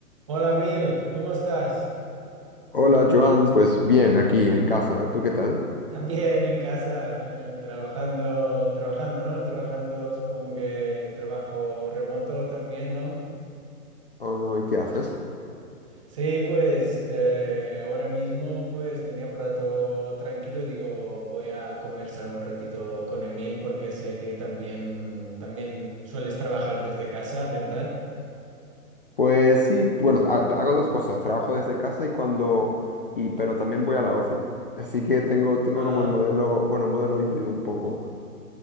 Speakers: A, on the right; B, on the left.
A: Hola Mil, ¿cómo estás?
B: Hola Joan, pues bien, aquí en casa, ¿tú qué tal?
A: También en casa, eh, trabajando, trabajando, ¿no? Trabajando, supongo que trabajo remoto también, ¿no?
B: Ah, ¿Y qué haces?
A: Sí, pues eh, ahora mismo pues tenía un rato tranquilo y digo, voy a conversar un ratito con Emil porque sé que también, también sueles trabajar desde casa, ¿verdad?
B: Pues sí, bueno, ha- hago dos cosas, trabajo desde casa y cuando, y, pero también voy a la ofi, así que tengo, tengo
A: Ah.
B: como el modelo, bueno, modelo híbrido un poco.